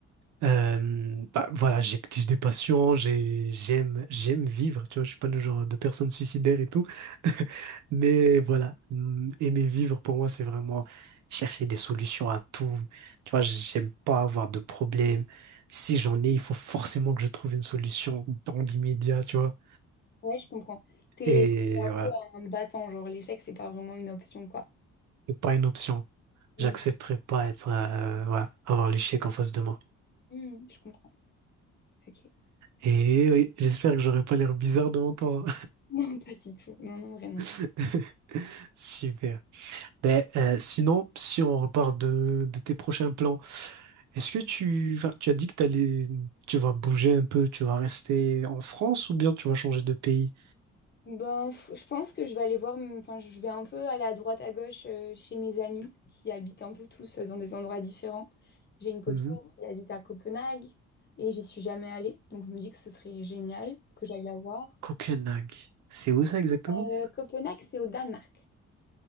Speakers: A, on the right (about 70°); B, on the left (about 35°).
A: Euh, bah, voilà, j'écoute des passions, j'ai, j'aime, j'aime vivre, tu vois, je suis pas le genre de personne suicidaire et tout. <laughs> Mais voilà, hum, aimer vivre pour moi, c'est vraiment chercher des solutions à tout. Tu vois, j'aime pas avoir de problème. Si j'en ai, il faut forcément que je trouve une solution dans l'immédiat, tu vois.
B: Ouais, je comprends. T'es
A: Et
B: t'es un
A: voilà,
B: peu un battant, genre l'échec, c'est pas vraiment une option, quoi.
A: c'est pas une option.
B: Mm.
A: J'accepterai pas être, euh, voilà, avoir l'échec en face de moi.
B: Mm, je comprends. Ok. <laughs>
A: Et oui, j'espère que j'aurai pas l'air bizarre devant toi.
B: Non, pas du tout. Non, non, vraiment.
A: <laughs> Super. Ben, euh, sinon, si on reparle de, de tes prochains plans, est-ce que tu, enfin, tu as dit que t'allais, tu vas bouger un peu, tu vas rester en France ou bien tu vas changer de pays?
B: Ben, f- je pense que je vais aller voir, m- enfin, je vais un peu aller à droite à gauche euh, chez mes amis qui habitent un peu tous euh, dans des endroits différents. J'ai une copine
A: Mhm.
B: qui habite à Copenhague et j'y suis jamais allée, donc je me dis que ce serait génial que j'aille la voir.
A: Copenhague. C'est où ça exactement?
B: Euh, Copenhague, c'est au Danemark,